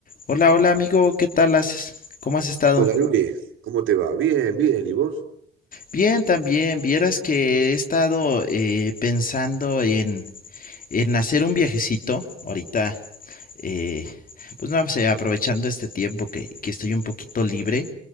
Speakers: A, on the left (about 45°); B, on the right (about 80°).
A: Hola, hola amigo, ¿qué tal haces? ¿Cómo has estado?
B: Hola Luis, ¿cómo te va? Bien, bien, ¿y vos?
A: Bien, también, vieras que he estado eh, pensando en, en hacer un viajecito ahorita, eh, pues no sé, aprovechando este tiempo que, que estoy un poquito libre,